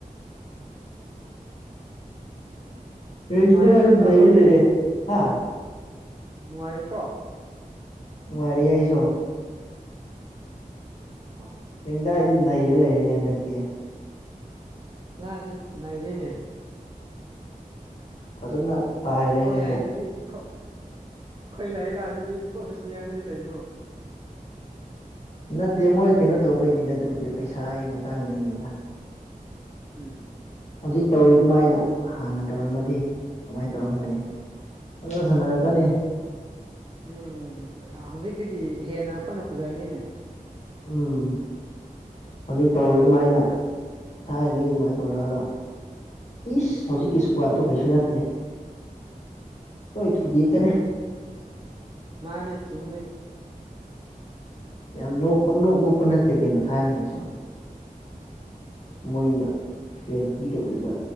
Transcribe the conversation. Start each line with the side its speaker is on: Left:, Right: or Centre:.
Right: <inaudible>
Left: ꯔꯤꯡꯗꯥꯏ
Right: ꯅꯨꯡꯉꯥꯏꯔꯤꯕ ꯅꯠꯇ꯭ꯔꯥ
Left: ꯅꯩꯔ
Right: ꯁꯣꯝꯗꯤ
Left: ꯂꯩꯔꯦ ꯍꯥ
Right: ꯅꯨꯡꯉꯥꯏꯔꯤꯀꯣ
Left: ꯅꯨꯡꯉꯥꯏꯔꯤ ꯑꯩꯁꯨ
Right: ꯑꫭ
Left: ꯔꯤꯡꯗꯥꯏꯗꯤ ꯅꯩꯔ ꯂꯩꯔꯦꯅꯦ ꯍꯟꯗꯛꯇꯤ
Right: ꯉꯁꯦ ꯅꯩꯔꯦꯅꯦ
Left: ꯐꯖꯅ ꯄꯥꯏꯔꯦꯅꯦ
Right: ꯈꯣꯏ ꯂꯩꯗꯨꯗꯤ ꯈꯣ ꯈꯣꯏ ꯂꯩꯕ ꯀꯥꯟꯗꯨꯗꯤ ꯄ꯭ꯔꯣꯐꯦꯁ꯭ꯅꯜꯅꯦ ꯀꯩꯅꯣ
Left: ꯅꯠꯇꯦ ꯃꯣꯏ ꯀꯩꯅꯣ ꯇꯧꯕꯩꯅꯤꯗ ꯑꯗꯨꯕꯨꯗꯤ ꯄꯩꯁꯥꯒꯤ ꯃꯇꯥꯡꯗꯩꯅꯤꯗ
Right: ꯎꯝ꯫
Left: ꯍꯧꯖꯤꯛ ꯇꯧꯔꯤ ꯑꯗꯨꯃꯥꯏꯅ ꯍꯥꯟꯅ ꯇꯧꯔꯝꯃꯗꯤ ꯀꯃꯥꯏ ꯇꯧꯔꯝꯒꯅꯤ ꯐꯖꯅ ꯁꯥꯟꯅꯔꯛꯀꯅꯤ
Right: ꯎꯝ ꯍꯧꯖꯤꯛꯇꯒꯤ ꯍꯦꯟꯅ ꯑꯩꯈꯣꯏꯅ ꯐꯖꯔꯅꯤꯅꯦ
Left: ꯎꯝ ꯍꯧꯖꯤꯛ ꯇꯧꯋꯦ ꯑꯗꯨꯃꯥꯏꯅ ꯊꯥꯏꯅꯗꯒꯤ ꯑꯗꯨꯃꯥꯏ ꯇꯧꯔꯛꯑꯕ ꯄꯤꯁ ꯍꯧꯖꯤꯛꯀꯤ ꯏꯁꯀ꯭ꯋꯥꯗꯇꯣ ꯀꯩꯁꯨ ꯅꯠꯇꯦ ꯇꯣꯏ ꯊꯨꯗꯦꯛ ꯀꯅꯦ
Right: ꯃꯥꯅꯦ ꯆꯨꯝꯃꯦ
Left: ꯌꯥꯝ ꯅꯣꯛꯞ ꯄꯪꯅꯣꯛꯞ ꯅꯣꯛꯞꯄ ꯅꯠꯇꯦ ꯀꯩꯅꯣ ꯊꯥꯏꯅꯤꯡꯒꯤꯁꯨ
Right: ꯎꯝ꯫
Left: ꯃꯣꯏꯅ ꯁꯦꯜ ꯄꯤꯗꯕꯗꯨꯗ